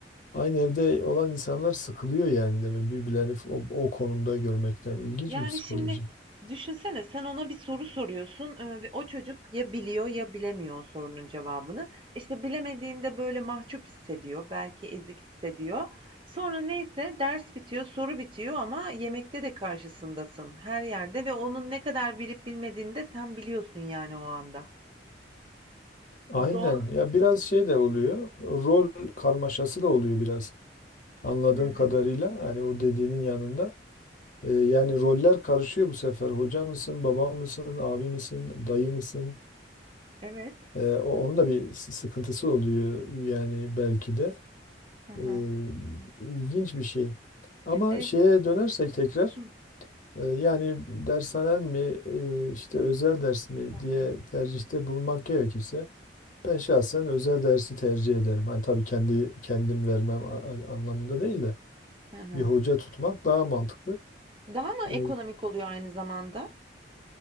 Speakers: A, on the left (about 45°); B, on the right (about 30°).
A: aynı evde olan insanlar sıkılıyor yani demek birbirlerini o, o konumda görmekten ilginç
B: Yani
A: bir psikoloji.
B: şimdi düşünsene sen ona bir soru soruyorsun e, ve o çocuk ya biliyor ya bilemiyor o sorunun cevabını. E İşte bilemediğinde böyle mahcup hissediyor, belki ezik hissediyor. Sonra neyse ders bitiyor, soru bitiyor ama yemekte de karşısındasın her yerde ve onun ne kadar bilip bilmediğini de sen biliyorsun yani o anda.
A: Aynen.
B: Zor.
A: Ya biraz şey de oluyor. Rol karmaşası da oluyor biraz. Anladığım
B: Hı hı.
A: kadarıyla hani o dediğinin yanında e, yani roller karışıyor bu sefer. Hoca mısın, baba mısın, abi misin, dayı mısın?
B: Evet.
A: E, o- onun da bir s- sıkıntısı oluyor yani belki de.
B: Hı hı.
A: E, ilginç bir şey. Ama
B: E,
A: şeye dönersek tekrar
B: hı.
A: e, yani dershanen mi e, işte özel ders mi
B: Güzel
A: diye
B: ders.
A: tercihte bulunmak gerekirse ben şahsen özel dersi tercih ederim. Hani tabii kendi kendim vermem a- a- anlamında değil de
B: Hı hı.
A: bir hoca tutmak daha mantıklı.
B: Daha mı ekonomik
A: Ee,
B: oluyor aynı zamanda?